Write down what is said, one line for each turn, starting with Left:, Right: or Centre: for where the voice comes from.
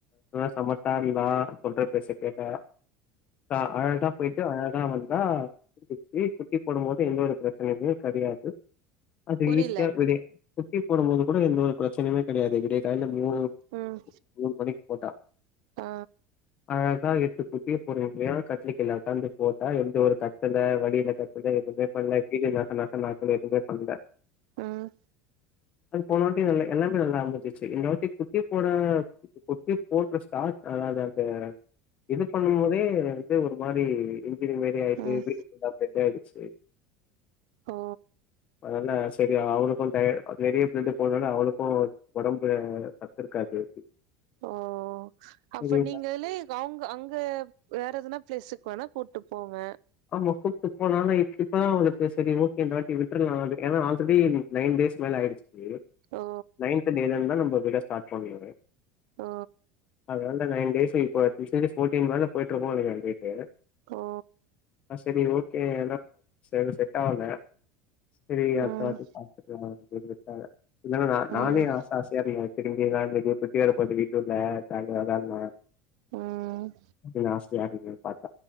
Left: நல்ல சமத்தா அறிவா சொல்ற பேச்ச கேட்டா அ அழகா போய்ட்டு அழகா வந்தா முடிஞ்சிடுச்சு குட்டி போடும்போது எந்த ஒரு ப்ரச் சனயுமே கடையாது அது
Right: புரில
Left: ஈசியா வெளிய குட்டி போடும்போது கூட எந்த ஒரு ப்ரச்சனையுமே கடையாது விடிய காலைல மூணு
Right: ம்
Left: மூண்மணிக் போட்டா
Right: ஆ
Left: அழகா எட்டு குட்டிய பொறுமையா கட்லுக்கீழ உக்காந்து போட்டா எந்த ஒரு கத்தல வலியில கத் எதுவுமே பண்ல <unintelligible> எதுமே பண்ல
Right: ம்
Left: அது போனவாட்டி எல்லாமே நல்லா அமைஞ்சுச்சு இந்த வாட்டி குட்டி போட குட்டி போட்ற ஸ்டாட் அதாது அந்த இது பண்ணும்போதே வந்து ஒரு மாரி இன்ஜூரி மாரி ஆய்ட்டு
Right: ம்
Left: வீடு ஃபுல்லா ப்ளட் ஆய்டுச்சு
Right: ஓ
Left: அதால செரி அவுளுக்கு டயர்ட் நெறிய ப்ளட் போனால அவுளுக்கு ஒடம்புல சத் இருக்காது
Right: ஓ அப்ப
Left: சரி
Right: நீங்களே அவுங்க அங்க வேற எதனா ப்ளேஸுக்கு வேணா கூட்டு போங்க
Left: ஆமா கூட்டு போனாலு இப் இப்பதா அவுளுக்கு செரி ஓகே இந்தவாட்டி விட்ரலா எனா ஆல்ரெடி நைன் டேஸ் மேல ஆய்டுச்சு
Right: ஓ
Left: நைன்த் டேலருந்தா நம்ம விட ஸ்டார்ட் பண்ணுமே
Right: ஓ
Left: எவன்டா நைன் டேஸ் இப்ப <unintelligible> ஃபோட்டீன் மேல போய்ட்ருக்கு நெனைக்கிறே டேட்டு
Right: ஓ
Left: ஆ செரி ஓகே எனா சிலது செட் ஆவல செரி அடுத்தவாட்டி
Right: ம்
Left: பாத் கலா அப்டின் விட்டாங்க இல்லனா நா நானே
Right: ம்
Left: ஆச ஆசயா இருந்தே <unintelligible> இன்னிக்கு குட்டி வரபோகுது வீட்டுல்ல ஜாலியா விளாட்லா
Right: ம்
Left: அப்டின் ஆசயா இருந்த பாத்